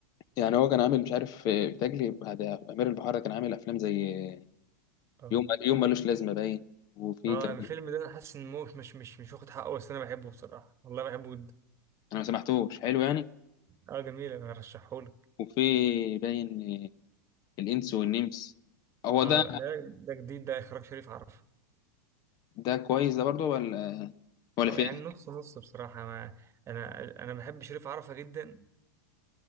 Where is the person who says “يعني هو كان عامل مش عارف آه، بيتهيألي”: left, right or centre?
Left